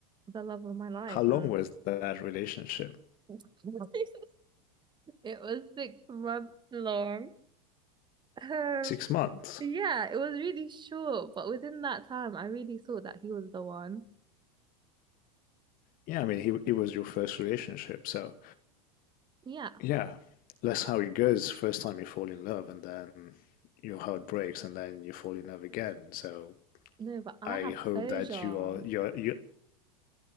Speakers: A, on the right (about 25°); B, on the left (about 45°).
A: the love of my life?
B: How long
A: And
B: was that relationship?
A: <laughs> it was six months long. Um,
B: Six months.
A: yeah, it was really short, but within that time, I really thought that he was the one.
B: Yeah, I mean, he, it was your first relationship, so
A: Yeah,
B: yeah, that's how it goes. First time you fall in love, and then your heart breaks, and then you fall in love again. So
A: no, but I
B: I
A: have
B: hope
A: closure.
B: that you are you're you